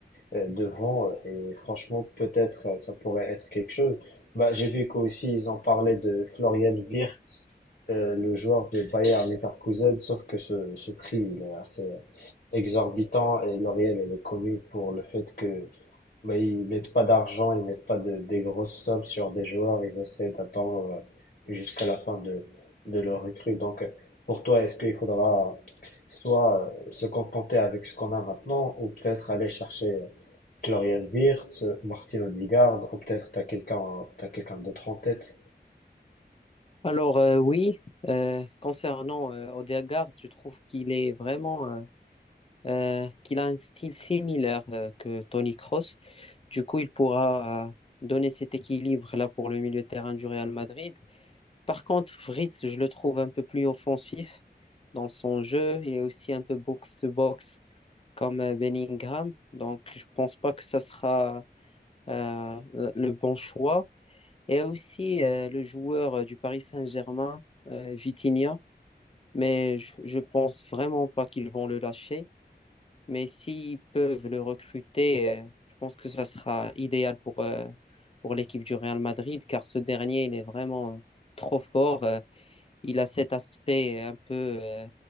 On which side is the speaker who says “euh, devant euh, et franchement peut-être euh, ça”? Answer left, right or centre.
Left